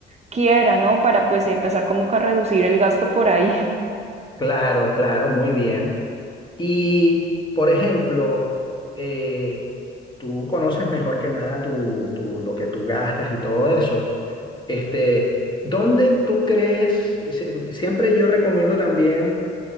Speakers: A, on the right; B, on the left.
A: quiera, ¿no? Para pues empezar como que a reducir el gasto por ahí, <laughs>
B: Claro, claro, muy bien. Y, por ejemplo, eh, tú conoces mejor que nada tu, tu- lo que tú gastas y todo eso. Este, ¿dónde tú crees? se- Siempre yo recomiendo también